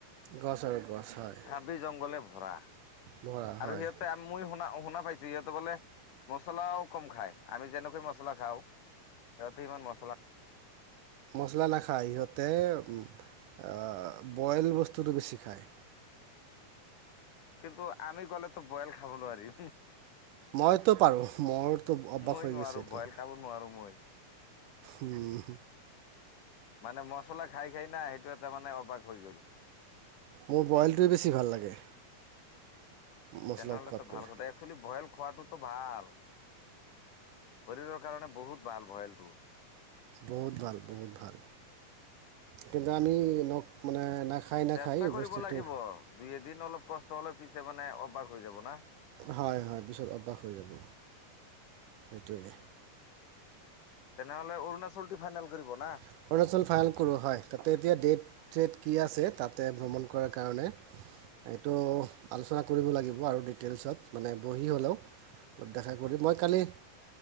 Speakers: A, on the right; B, on the left.
A: গছ আৰু গছ। হয়
B: হাবি জংঘলে ভৰা
A: বৰা হয়
B: আৰু সিহঁতে মই শুনা শুনা পাইছো সিহঁতে- বোলে মছলাও কম খায়। আমি যেনেকৈ মছলা খাওঁ। সিহঁতে ইমান মছলা
A: মছলা নাখায় সিহঁতে উমঁ। আহ বয়েল বস্তুটো বেছি খায়।
B: কিন্তু আমি গ'লেতো বয়েল খাব নোৱাৰিম।
A: মইতো পাৰো মোৰতো অভ্যাস
B: মই
A: হৈ
B: নোৱাৰো
A: গৈছে এইটো।
B: বইল খাব নোৱাৰো মই
A: উমঁ।
B: মানে মচলা খায় খায় না সেইটো এটা মানে অভ্যাস হৈ গ'ল।
A: মোৰ বইলটোৱে বেছি ভাল লাগে। মছলা
B: তেনেহ'লেতো
A: খোৱাতকৈ
B: ভাল কথা একচলি বয়েল খোৱাটোতো ভাল। শৰীৰৰ কাৰণে বহুত ভাল বয়েলটো।
A: বহুত ভাল বহুত ভাল। কিন্তু আমি নখ মানে- নাখায় নাখায়
B: চেষ্টা কৰিব
A: বস্তুটো
B: লাগিব দুই এদিন অলপ কষ্ট হ'লে পিছে মানে অভ্যাস হৈ যাব না।
A: হয় হয় পিছত অভ্যাস হৈ যাব সেইটোৱে।
B: তেনেহলে অৰুণাচলটো ফাইনেল কৰিব না।
A: অৰুণাচল ফাইনল কৰোঁ হয়। তাতে এতিয়া ডেট ছেট কি আছে তাতে ভ্ৰমণ কৰাৰ কাৰণে- এইটো আলোচনা কৰিব লাগিব আৰু ডিটেইলছত মানে বহি হ'লেও। অলপ দেখা কৰি মই কালি-